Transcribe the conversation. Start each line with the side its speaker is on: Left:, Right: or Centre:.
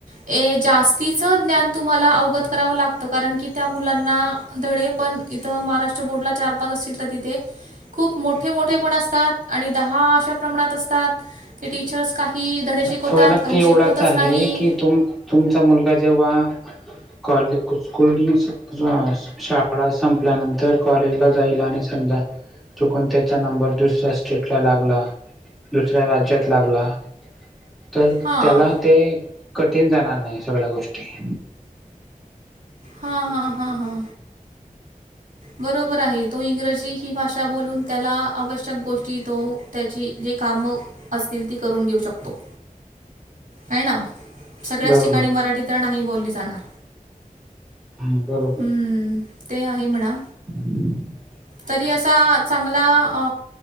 Right: ए जास्तीचं ज्ञान तुम्हाला अवगत कराव लागतं, कारण की त्या मुलांना धडे पण इथं महाराष्ट्र बोर्डला चार पाच असतील तर तिथे खूप मोठे मोठे पण असतात आणि दहा अशा प्रमाणात असतात ते टीचर्स काही धडे शिकवतात
Centre: फरक
Right: काही
Centre: एवढाच
Right: शिकवतच
Centre: आहे
Right: नाही
Centre: की तुम-तुमचा मुलगा जेव्हा कॉले कु कोल्ड्रिंक्स अ शाळा संपल्यानंतर कॉलेजला जाईल आणि समजा चुकून त्याचा नंबर दुसऱ्या स्टेटला लागला, दुसऱ्या राज्यात लागला. तर
Right: हां
Centre: त्याला ते कठीण जाणार नाही सगळ्या गोष्टी.
Right: हा, हा, हा, हा. बरोबर आहे. तो इंग्रजी ही भाषा बोलून त्याला आवश्यक गोष्टी तो त्याची जे कामं असतील ती करून घेऊ शकतो. हाय ना? सगळ्याच
Centre: बरोबर
Right: ठिकाणी मराठी तर नाही बोलली जाणार.
Centre: हम्म बरोबर.
Right: हं, ते आहे म्हणा.
Centre: <inaudible>
Right: तरी असा चांगला अ